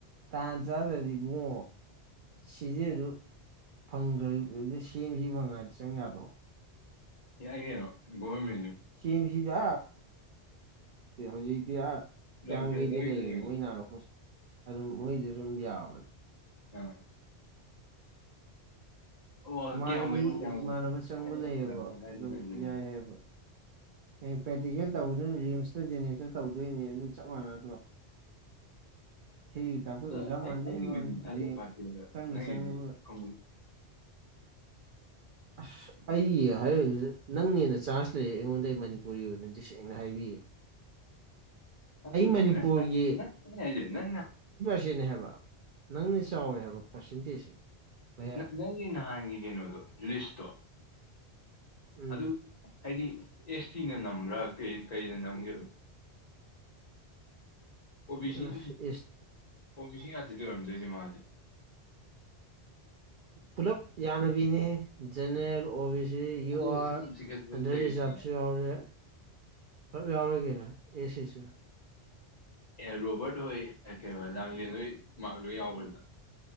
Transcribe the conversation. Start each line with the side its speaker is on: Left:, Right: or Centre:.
Right: ꯇꯥꯟ ꯆ ꯑꯗꯨꯗꯤꯕꯨ ꯁꯤꯁꯦ ꯑꯗꯨ ꯐꯪꯗ꯭ꯔ ꯁꯦꯝꯁꯤ ꯃꯉꯥꯏꯗ ꯆꯪ ꯌꯥꯗ꯭ꯔꯣ
Left: ꯌꯥꯒꯦꯩꯅꯣ ꯒꯣꯏꯃꯤ
Right: ꯁꯤꯁꯤꯗ ꯍꯧꯖꯤꯗꯤ ꯀꯌꯥꯝ
Left: ꯂꯝꯐꯦꯜꯗ
Right: ꯀꯩꯗꯤ
Left: ꯑꯣꯏꯅ
Right: ꯂꯩꯔꯅꯣ
Left: ꯂꯩꯕꯅꯦ
Right: ꯃꯣꯏ ꯍꯥꯟꯅꯣꯣ ꯑꯗꯨꯝ ꯃꯣꯏꯗꯁꯨ ꯑꯗꯨꯝ ꯌꯥꯕꯅꯦ
Left: ꯑ ꯑꯣ
Right: ꯏꯃꯥꯟꯅꯕꯤ
Left: ꯀꯌꯥꯝ ꯀꯨꯏꯅ ꯀꯌꯥꯝ
Right: ꯏꯃꯥꯟꯅꯕ
Left: ꯑꯩꯅ
Right: ꯆꯪꯕ ꯂꯩꯌꯦꯕ
Left: ꯂꯝꯐꯦꯜ ꯍꯥꯏꯁꯤꯅ
Right: ꯑꯗꯨꯝ
Left: ꯑꯩꯁꯦ
Right: ꯌꯥꯏ ꯍꯥꯏꯕ ꯑꯩ ꯄ꯭ꯔꯦꯛꯇꯤꯀꯦꯜ ꯇꯧꯕꯗꯣꯏꯅꯤ ꯔꯤꯝꯁꯇ ꯖꯦꯅꯤꯝꯁꯇ ꯇꯧꯗꯣꯏꯅꯦ ꯑꯗꯨꯝ ꯆꯞ ꯃꯥꯟꯅꯗ꯭ꯔꯣ ꯊꯤꯔꯤ ꯇꯥꯛꯄꯩ
Left: ꯎ ꯑꯗꯒꯤꯕꯗꯤ
Right: ꯑꯣꯖꯥ ꯃꯥꯟꯗꯦ ꯍꯥꯏ ꯋꯥꯅꯤ
Left: ꯊꯖ
Right: ꯍꯌꯦꯡ
Left: ꯐꯇꯒ
Right: ꯆꯪꯗ
Left: ꯅꯗꯤ
Right: ꯆꯪꯉꯒ
Left: ꯃ
Right: ꯑꯁ ꯑꯩ ꯍꯥꯏꯔꯏꯅ ꯅꯪꯅ ꯍꯦꯟꯅ ꯆꯥꯟꯖ ꯂꯩꯌꯦ ꯑꯩꯉꯣꯟꯗ ꯃꯅꯤꯄꯨꯔꯤ ꯑꯣꯏꯅꯗꯤ ꯁꯦꯡꯅ ꯍꯥꯏꯕꯤ
Left: ꯆ
Right: ꯃꯅꯤꯄꯨꯔꯒꯤ
Left: ꯅ ꯅ ꯍꯥꯏꯦ ꯅꯪ
Right: ꯁꯤꯅꯦ ꯍꯥꯏꯕ ꯅꯪꯅ ꯆꯥꯎꯋꯦ ꯍꯥꯏꯕ ꯄꯥꯔꯁꯦꯟꯇꯦꯖꯁꯤ ꯚꯩꯌꯥ
Left: ꯅꯪꯒꯤ ꯅꯍꯥꯟꯒꯤ ꯀꯩꯅꯣꯗꯣ ꯂꯤꯁꯇꯣ
Right: ꯎꯝ
Left: ꯑꯗꯨ ꯍꯥꯏꯗꯤ ꯑꯦꯁ ꯇꯤꯅ ꯅꯝꯕ꯭ꯔꯥ ꯀꯩ ꯀꯩꯅ ꯅꯝꯒꯦꯕ ꯑꯣꯕꯤ ꯁꯤꯝ
Right: ꯑꯁ ꯏꯁ
Left: ꯑꯣꯕꯤ ꯁꯤ ꯉꯇꯗꯤ ꯑꯣꯏꯔꯝꯗꯣꯏꯁꯦ ꯃꯥꯁꯦ
Right: ꯄꯨꯂꯞ ꯌꯥꯅꯕꯤꯅꯤ ꯖꯦꯅꯦꯔꯦꯜ ꯑꯣ ꯕꯤ ꯁꯤ ꯌꯨ
Left: ꯑꯗꯣ
Right: ꯑꯥꯔ
Left: ꯁꯨꯝ ꯆꯤꯡꯈꯠꯄꯗ
Right: ꯑꯟꯗꯔ
Left: ꯂꯩꯗꯅ
Right: ꯔꯤꯖꯥꯕꯁꯨ ꯌꯥꯎꯔꯦ ꯄꯨꯂꯞ ꯌꯥꯎꯔꯤꯒꯦꯅ ꯑꯦꯁꯤꯁꯨ
Left: ꯑꯦ ꯔꯣꯕꯔꯠ ꯍꯣꯏ ꯀꯩꯅ ꯂꯥꯡꯂꯦꯟ ꯍꯣꯏ ꯃꯥꯔ ꯂꯣꯏ ꯌꯥꯎꯕ꯭ꯔꯗ